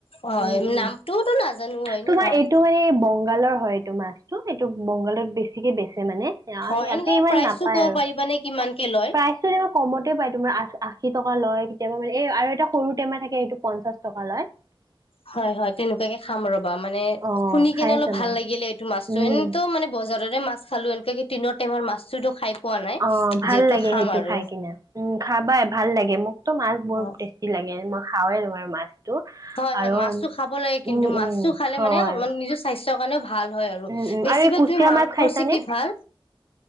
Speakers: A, on the left; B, on the right.
A: হয়
B: উম উম
A: নামটোওতো নাজানো হয় নে
B: তোমাৰ
A: নহয়
B: এইটো মানে বংগালৰ হয় এইটো মাছটো এইটো বংগালত বেছিকে বেচছে মানে ইয়াতে
A: হয় এনেকুৱা
B: ইমান
A: প্ৰাইচটো
B: নাপায়
A: ক'ব
B: আৰু
A: পাৰিবানে কিমানকে লয়
B: প্ৰাইজটো এ কমত বাই তোমাৰ আশ আশী টকা লয় কেতিয়াবা মানে এ আৰু এটা সৰু টেমা থাকে সেইটো পঞ্চাশ টকা লয় <inaudible>
A: হয় হয় তেনেকুৱাকে খাম ৰবা মানে
B: অ
A: শুনি
B: খাই
A: কেনে অলপ
B: চাবা
A: ভাল লাগিলে এইটো মাছতটো
B: উম
A: এনেও মানে বজাৰত মাছ খালো এনেকুৱা কে টিনৰ টেমা মাছতো খাই পোৱা নাই
B: অ ভাল
A: যিহেতু
B: লাগে
A: খাম
B: সেইটো
A: আৰু
B: খাই কিনে উম খাবাই ভাল লাগে মোকতো মাছ বৰ
A: হয়
B: টেষ্টি লাগে খাওে তোমাৰ মাছটো
A: হয় হয়
B: আৰু
A: মাছো খাব লাগে কিন্তু
B: উম
A: মাছো
B: উম
A: খালে
B: হয়
A: মানে মানে নিজৰ স্বাস্থ্যৰ কাৰণেও ভাল হয় আৰু
B: উম উম
A: বেছিভাগ
B: আৰু এই কুচিয়া
A: তুমি মাংসৰ
B: মাছ খাইছানে
A: চেকি ভাল